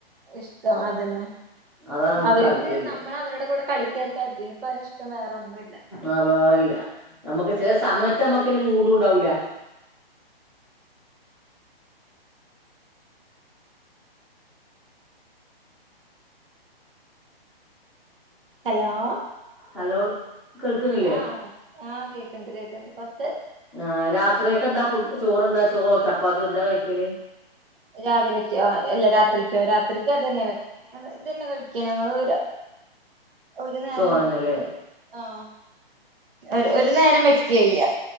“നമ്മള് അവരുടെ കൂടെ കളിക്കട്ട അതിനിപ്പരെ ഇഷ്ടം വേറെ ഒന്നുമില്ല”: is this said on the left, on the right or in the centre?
Right